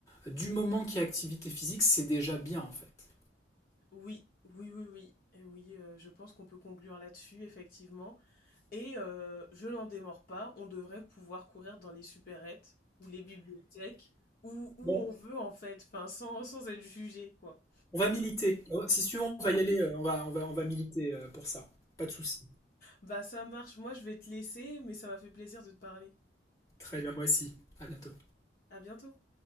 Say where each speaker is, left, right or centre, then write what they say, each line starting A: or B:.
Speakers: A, on the left; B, on the left.
A: du moment qu'il y a activité physique, c'est déjà bien en fait.
B: Oui, oui, oui, oui. Et oui, euh, je pense qu'on peut conclure là-dessus, effectivement. Et euh, je n'en démords pas, on devrait pouvoir courir dans les supérettes ou les bibliothèques, où, où
A: Bon,
B: on Ouais. veut, en fait, enfin, sans, sans être jugé, quoi.
A: on va militer. Euh, Si tu veux, on va y aller, euh, on va, on va, on va militer euh, pour ça. Pas de souci.
B: Bah ça marche, moi je vais te laisser, mais ça m'a fait plaisir de te parler.
A: Très bien, moi aussi. À bientôt.
B: À bientôt.